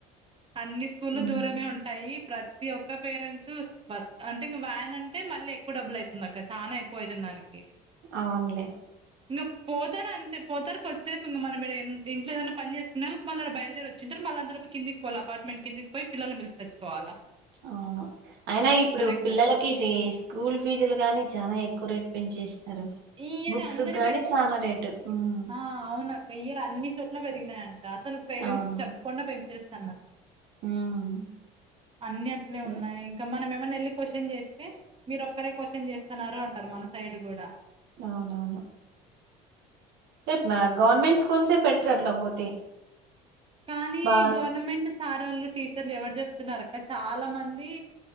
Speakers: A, on the right; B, on the right.
A: అన్ని స్కూలు
B: ఉమ్,
A: దూరమే ఉంటాయి ప్రతి తి ఒక్క పేరెంట్స్ బస్ అంటే ఇంగ వ్యాన్ అంటే టె మళ్ళీ ఎక్కువ డబ్బులు అయితుంది అక్క సానా ఎక్కువ అయితుంది దానికి
B: అవునులే
A: ఇంగ పోతారు అంతే పోతారు కొద్ది సేపు ఇంక మనం ఇంట్లో ఏదనా పని చేసుకునే వాలాకు మళ అడ బయలుదేరీ వచ్చింటారు మళ్ళ అంత లోపల కిందికి పోలా అపార్ట్మెంట్ కిందికి పోయి పిల్లలని పిలుసుకచ్చుకోల
B: అవును అయినా ఇప్పుడు
A: ఇక్కడ
B: పిల్లలకి స్కూల్ ఫీజులు గాని చనా ఎక్కువ రేట్ పెంచేస్తారు
A: ఈ ఇయర్
B: బుక్స్
A: అందరి
B: గాని
A: పెంచ్
B: చాలా రేటు ఉమ్,
A: ఆ అవునక్క ఇయర్ అన్ని చోట్ల పెరిగినాయంట అసలు పేరెంట్స్
B: అవునవును
A: చెప్పకుండా పెంచేస్త
B: ఉమ్,
A: అన్ని అట్లే ఉన్నాయి
B: ఏ-
A: ఇంకా మనమే మని వెళ్ళి క్వశ్చన్ చేస్తే మీరు ఒక్కరే క్వశ్చన్ చేస్తున్నారు అంటారు మన సైడ్ కూడా
B: అవునవును రేపు గవర్నమెంట్ స్కూల్సే బెటర్ అట్లా పోతే
A: కానీ
B: బా
A: గవర్నమెంట్ సారోల్లు టీచర్లు ఎవరు చెప్తున్నారు అక్క చాలా మంది